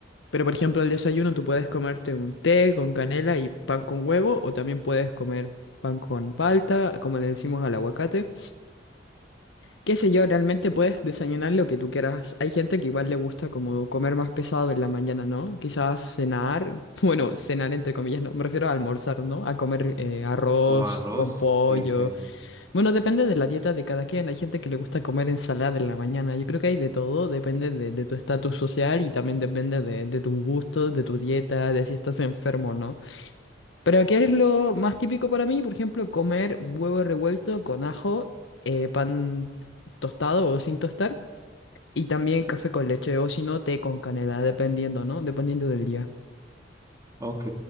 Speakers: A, on the left (about 85°); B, on the right (about 20°).
A: Pero, por ejemplo, al desayuno tú puedes comerte un té con canela y pan con huevo, o también puedes comer pan con palta, como le decimos al aguacate. Qué sé yo, realmente puedes desayunar lo que tú quieras. Hay gente que igual le gusta como comer más pesado en la mañana, ¿no? Quizás cenar, <laughs> bueno, cenar entre comillas, ¿no? Me refiero a almorzar, ¿no? A comer eh, arroz
B: como arroz,
A: con pollo.
B: sí, sí.
A: Bueno, depende de la dieta de cada quien. Hay gente que le gusta comer ensalada en la mañana. Yo creo que hay de todo, depende de, de tu estatus social y también depende de, de tus gustos, de tu dieta, de si estás enfermo, ¿no? Pero ¿qué es lo más típico para mí? Por ejemplo, comer huevo revuelto con ajo, eh, pan tostado o sin tostar, y también café con leche o si no, té con canela, dependiendo, ¿no? Dependiendo del día.
B: Ok,